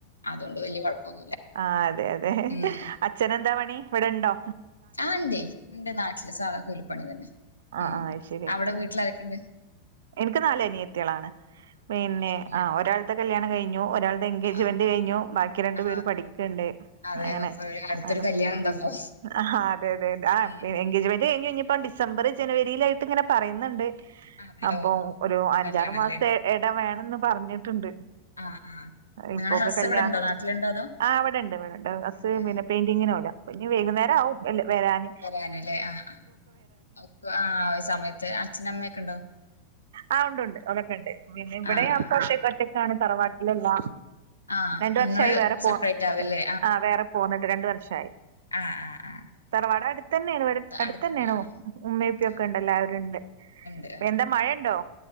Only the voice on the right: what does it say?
ആഹ് അതെ അതെ.
അച്ഛനെന്താ പണി ഇവെടൊണ്ടോ?
ആ
ആ ശരി
എനിക്ക് നാല് അനിയത്തികളാണ്. പിന്നെ
ആ ഒരാൾടെ കല്യാണം കഴിഞ്ഞു. ഒരാൾ എൻഗേജ്മെന്റ്
കഴിഞ്ഞു. ബാക്കി രണ്ടു
പേര് പഠിക്കെണ്ട്
അങ്ങനെ.
അങ്ങനെ
ആഹാ അതെ അതെ ആ
പി
എൻഗേജ്മെന്റ് കഴിഞ്ഞ് കഴിഞ്ഞപ്പോ ഡിസംബറ് ജനുവരിലായിട്ടിങ്ങനെ പറയുന്നൊണ്ട്.
അപ്പൊ
ഒരു അഞ്ചാറ്
മാസത്തെ എട വേണംന്ന് പറഞ്ഞിട്ടുണ്ട്.
ഇപ്പൊക്കെ
കല്യാൺ
ആഹ് അവെടൊണ്ട് ഇവെടൊണ്ട് അസ്സ്
പിന്നെ പെയിന്റിങ്ങിന് പോല്ലാ. പിന്നെ വൈകുന്നേരം ആവും വെരാന്.
ആഹ് ഉണ്ട് ഉണ്ട്. അതൊക്കൊണ്ട്. പിന്നെ ഇവെടെയാ
പക്ഷേ കട്ടിക്കാനം തറവാട്ടിലെല്ലാ
രണ്ട്
വർഷായി വേറെ പോ
ആഹ് വേറെ പോന്നിട്ട്. രണ്ടു വർഷായി.
തറവാടടുത്ത് തന്നെണ്. ഇവെടെ
അടുത്ത്ത്തന്നെയാണു.
ഉമ്മേപ്പിയൊക്കെ
ഒണ്ട് എല്ലാവരും ഉണ്ട്
എന്താ. മഴണ്ടോ?